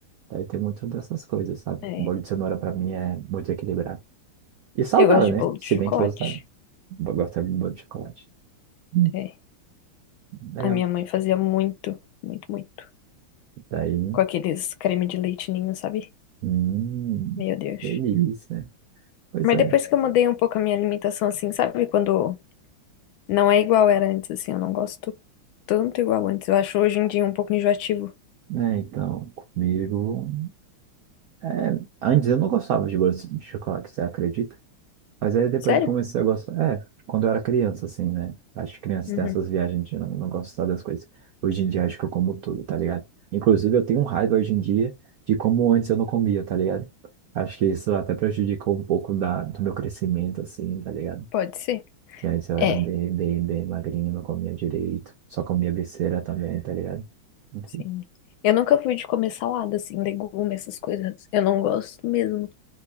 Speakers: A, on the right; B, on the left.
A: aí tem muito dessas coisas, sabe?
B: é.
A: O bolo de cenoura pra mim é muito equilibrado. E saudável,
B: Eu gosto de
A: né?
B: bolo
A: Se
B: de chocolate.
A: bem que eu sa- gosto de bolo de chocolate. Hum,
B: É.
A: Legal.
B: A minha mãe fazia muito, muito, muito.
A: Daí,
B: Com aqueles creme de leite ninho, sabe?
A: hum,
B: Meu Deus.
A: delícia. Pois
B: Mas
A: é.
B: depois que eu mudei um pouco a minha alimentação, assim, sabe? Quando não é igual era antes, assim, eu não gosto tanto igual antes. Eu acho hoje em dia um pouco enjoativo.
A: É, então, comigo. é, antes eu não gostava de bolo de chocolate, você acredita? Mas aí depois
B: Sério?
A: eu comecei a gostar. É, quando eu era criança, assim, né? Acho que criança
B: Uhum.
A: tem essas viagens de não, não gostar das coisas. Hoje em dia acho que eu como tudo, tá ligado? Inclusive eu tenho um raiva hoje em dia de como antes eu não comia, tá ligado? Acho que isso até prejudicou um pouco da, do meu crescimento, assim, tá ligado?
B: Pode ser.
A: Que antes eu era
B: É.
A: bem, bem, bem magrinho, não comia direito. Só comia besteira também, tá ligado? Enfim.
B: Sim. Eu nunca fui de comer salada, assim, legume, essas coisas. Eu não gosto mesmo.